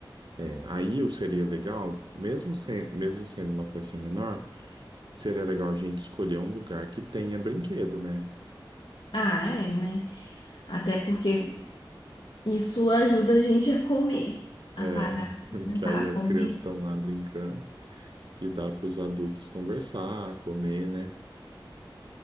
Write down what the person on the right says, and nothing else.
É, aí o seria legal, mesmo sem, mesmo sendo uma festinha menor, seria legal a gente escolher um lugar que tenha brinquedo, né?
É,
<laughs>
que aí as
crianças estão lá brincando e dá para os adultos conversar, comer, né?